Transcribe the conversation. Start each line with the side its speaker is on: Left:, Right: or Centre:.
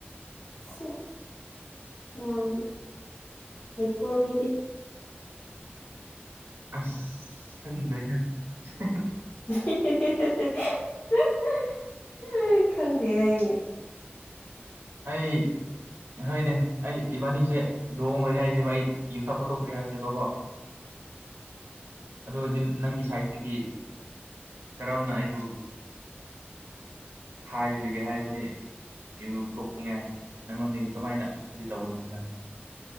Left: ꯁꯦꯁ ꯌꯥꯝ ꯍꯩꯀꯣ ꯃꯤꯗꯤ
Right: ꯑꯁ ꯈꯪꯗ꯭ꯔꯦꯅ <unintelligible>
Left: <unintelligible> ꯈꯪꯗꯦ ꯍꯥꯢꯅꯦ
Right: ꯑꯩ ꯍꯣꯏꯅꯦ ꯑꯩ ꯏꯕꯥꯅꯤꯁꯦ ꯂꯨꯍꯣꯡꯔꯁꯦ ꯍꯥꯏꯁꯦꯕ ꯑꯩ ꯌꯨꯊꯥꯄ ꯊꯣꯛꯇ꯭ꯔꯤ ꯍꯥꯏꯁꯦꯕꯀꯣ ꯑꯗꯨ ꯑꯣꯏꯗꯤ ꯅꯪꯒꯤ ꯁꯥꯏꯠꯇꯒꯤ ꯀꯔꯝꯅ ꯑꯩꯕꯨ ꯎ ꯍꯥꯏꯒꯗꯒꯦ ꯍꯥꯏꯕꯗꯤ ꯌꯨ ꯇꯣꯛꯅꯤꯡꯉꯥꯏ ꯅꯪꯉꯣꯟꯗꯒꯤ ꯀꯃꯥꯏꯅ ꯀꯔꯤ <unintelligible> ꯅꯪ